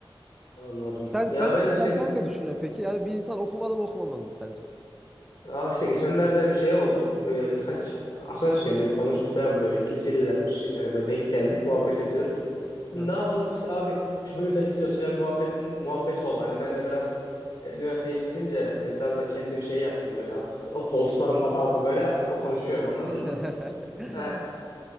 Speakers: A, on the left (about 60°); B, in the centre.
A: Anladım.
B: Sen
A: Ya
B: sen
A: ben
B: ne sen
A: işte
B: sen ne düşünüyorsun peki? Yani bir insan okumalı mı okumamalı mı sence?
A: Abi işte geçenlerde bir şey oldu. Ee, birkaç arkadaş geldi, bir konuştuk falan böyle liselilermiş. Yani böyle denk geldik, muhabbet ediyoruz. Ne
B: Hı hı.
A: yapalım işte abi şu bölümleri istiyoruz falan muhabbetin muhabbeti oldu. Hani ben de biraz e, üniversiteyi bitirince hani biraz da kendimi şey yaptım böyle artık o koltuklarım kapardı böyle o konuşuyorum anladın
B: <laughs>
A: mı? E,